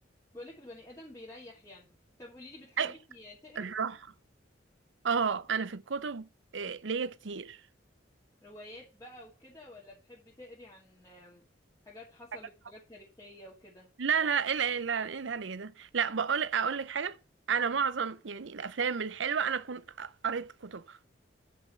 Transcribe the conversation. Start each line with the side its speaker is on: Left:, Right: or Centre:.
Left: بقولك البني ادم بيريح يعني طب قوليلي بتحبي
Right: اي
Left: تقري
Right: الراحه اه انا في الكتب آه ليا كتير
Left: روايات بقى وكده ولا بتحبي تقري عن آم، حاجات حصلت
Right: حاجات
Left: حاجات تاريخية وكده
Right: لا لا ايه ال- إيه ال- إيه الهري ده لا بقول اقول لك حاجه انا معظم يعني الافلام الحلوه انا اكون قريت كتبها